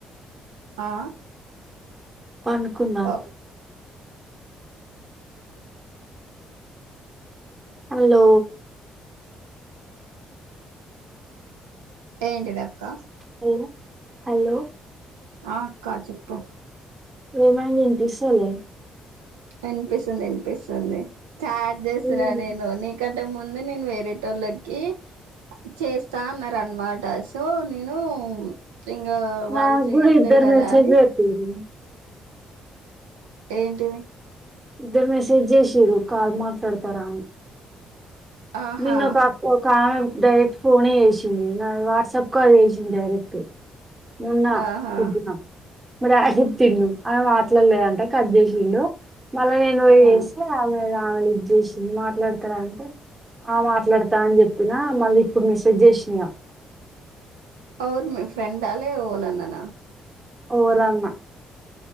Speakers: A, on the right; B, on the right.
A: ఆ
B: పనుకుందాం
A: ఓ
B: హలో
A: లాక్లెదు ఏంటిదక్క
B: హలో హలో
A: ఆ అక్క చెప్పు
B: ఏమైన్ వినిపిసాలే
A: వినిపిస్తున్ దినిపిస్తుంది చాట్ చేస్తున్నా
B: లేదు,
A: నేను ముందే నేను వేరే టోల్లకి చేస్తా అన్నా రన్మాట సో నేను ఇంగ వాళ్ళు
B: నాకు
A: చెయ్యట్లేదు
B: కూడా ఇద్దరు
A: గదా
B: మెసేజ్
A: అని
B: పెట్టిరు
A: ఏంటిది
B: ఇద్దరు మెసేజ్ చేషిర్రు కాల్ మాట్లాడతారా అని
A: ఆహా
B: నిన్నో పాప్ కామె డైరెక్ట్ ఫోనే చేషింది నా వాట్సాప్ కాల్ చేషింది డైరెక్ట్ మున్నా
A: ఆహా
B: పొద్దున రాసిచ్చిండు ఆమె మాట్లాడ్లేదంట కట్ జేషిండు మళ్ళా నేను
A: ఆ
B: ఏసి ఆమె ఆమె లిఫ్ట్ జేషింద్ మాట్లాడతరా అంటే ఆ మాట్లాడతా అని జెప్పినా మళ్ళీ ఇప్పుడు మిసేజ్జేషిన
A: ఎవుర్ మీ ఫ్రెండా లే ఓలన్నానా
B: ఓరన్న